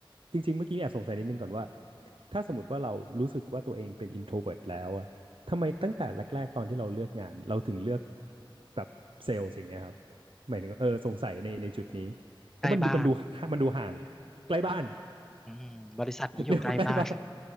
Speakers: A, on the right; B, in the centre.
A: จริงๆเมื่อกี้แอบสงสัยนิดนึงก่อนว่าถ้าสมมติว่าเรารู้สึกว่าตัวเองเป็น introvert แล้วอะทำไมตั้งแต่แรกๆตอนที่เราเลือกงานเราถึงเลือกแบบเซลล์สิ่างเงี้ยครับหมายถึงว่าเออสงสัยในในจุดนี้เพราะมันดูมันดูมันดูห่าง
B: ใกล้บ้าน
A: ใกล้บ้าน
B: อืมบริษัทนี้อยู่ใกล้บ้าน
A: <laughs> เรียกว่าใกล้บ้าน